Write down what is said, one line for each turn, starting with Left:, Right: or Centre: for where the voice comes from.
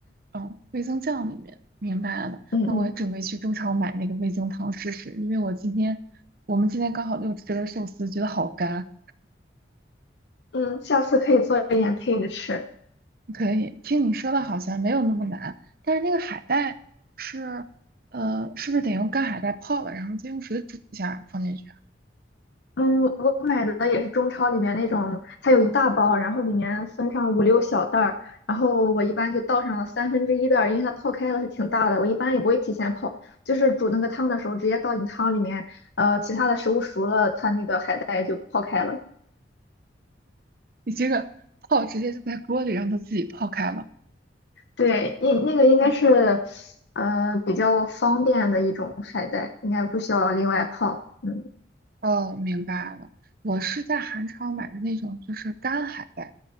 Right: 哦，味增酱里面明白了。
Left: 嗯嗯
Right: 那我也准备去中超买那个味增汤试试，因为我今天我们今天刚好就吃了寿司，觉得好干，
Left: 嗯，下次可以做一点配着吃。
Right: 可以，听你说的好像没有那么难，但是那个海带是，呃，是不是得用干海带泡了，然后再用水煮一下放进去啊？
Left: 嗯，我买的也是中超里面那种，它有一大包，然后里面分上五六小袋儿，然后我一般就倒上了三分之一袋儿，因为它泡开了是挺大的，我一般也不会提前泡，就是煮那个汤的时候直接倒进汤里面，呃，其他的食物熟了，它那个海带就泡开了。
Right: 你这个 <laughs> 泡直接就在锅里让它自己泡开了。
Left: 对，那那个应该是，
Right: 嗯
Left: 呃，比较方便的一种海带，应该不需要另外泡。嗯
Right: 哦，明白了。我是在韩超买的那种，就是干海带，